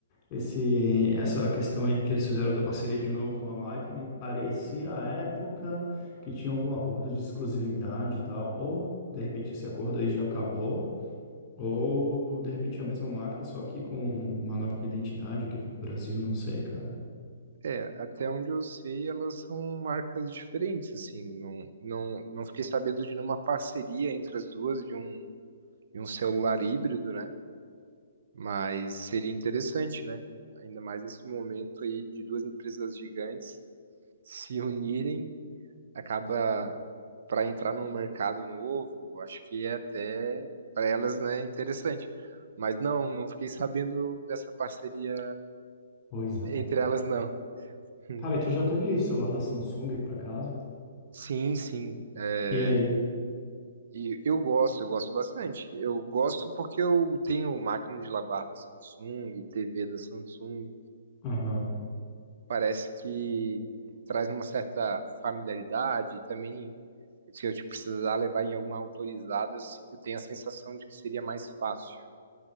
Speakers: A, on the left; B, on the right.
A: esse, essa questão aí que eles fizeram da parceria de novo com a Leica me parecia à época que tinha algum acordo de exclusividade e tal, ou de repente esse acordo aí já acabou. Ou de repente é a mesma marca, só que com uma nova identidade aqui pro Brasil, não sei, cara.
B: É, até onde eu sei, elas são marcas diferentes, assim, não, não, não fiquei sabendo de nenhuma parceria entre as duas de um, de um celular híbrido, né? Mas seria interessante, né? Ainda mais nesse momento aí de duas empresas gigantes se unirem acaba para entrar num mercado novo, acho que é até para elas, né, interessante. Mas não, não fiquei sabendo dessa parceria
A: Pois é,
B: entre
A: cara.
B: elas, não. <laughs>
A: Cara, e tu já teve celular da Samsung, por acaso?
B: Sim, sim. É,
A: E aí?
B: e eu gosto, eu gosto bastante. Eu gosto porque eu tenho máquina de lavar da Samsung, TV da Samsung.
A: Aham.
B: parece que traz uma certa familiaridade. e Também, se eu te precisar levar em alguma autorizada, eu se- eu tenho a sensação de que seria mais fácil.